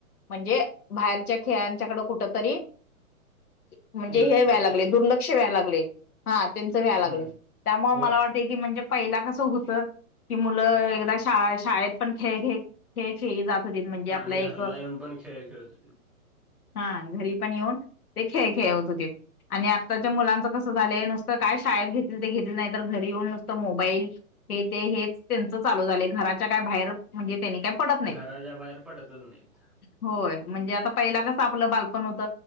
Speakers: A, on the left; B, in the centre.
A: म्हजे बाहेरच्या खेळांच्याकड कुठ तरी म्हणजे
B: दुर्लक्ष
A: हे व्ह्या लागलय दुर्लक्ष व्यायला लागलय. हा त्यांच व्यालागलय
B: हम्म
A: त्यामुळ
B: होय
A: मला वाटत की म्हणजे पहिला कस हुत की मुलं अ एकदा शाळ शाळेत पण खेळ घेत खेळ खेळी जात हुतित म्हणजे आपलं
B: आणि
A: एक
B: घरला येऊन पण खेळ खेळत होतीत
A: हा घरी पण येऊन ते खेळ खेळवत हुतित. आणि आत्ताच्या मुलांचं कसं झालंय नुसतं काय शाळेत घेतील ते घेतील नाही तर घरी येऊन नुसतं मोबाईल हे ते त्यांच चालू झालंय घराच्या काय बाहेर म्हणजे त्यांनी काय पडत नाहीत
B: घराच्या बाहेर पडतच नाहीत.
A: होय म्हणजे आता पहिला कसं आपलं बालपण होत.